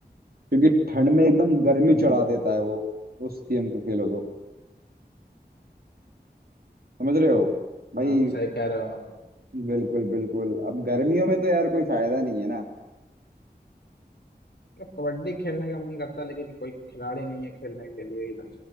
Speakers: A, on the right; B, on the left.
A: क्योंकि ठंड में एकदम गर्मी
B: हम्म
A: चढ़ा देता है वो उस गेम को खेलो तो समझ रहे हो भाई
B: आप सही कह रहे हो आप
A: बिल्कुल बिल्कुल अब गर्मियों में तो यार कोई फायदा नहीं है ना
B: मतलब कबड्डी खेलने का मन करता है लेकिन कोई खिलाड़ी नहीं है खेलने के लिए इधर